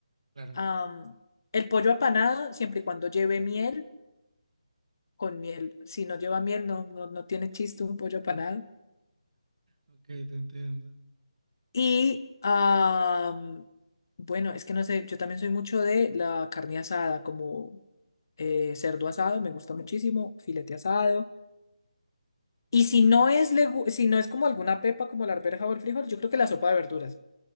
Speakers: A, on the right (about 65°); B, on the left (about 30°).
A: claro.
B: Am, el pollo apanado, siempre y cuando lleve miel, con miel, si no lleva miel, no, no, no tiene chiste un pollo apanado.
A: Ok, te entiendo.
B: Y am, bueno, es que no sé, yo también soy mucho de la carne asada, como eh, cerdo asado, me gusta muchísimo, filete asado. Y si no es legu- si no es como alguna pepa como la arveja o el frijol, yo creo que la sopa de verduras.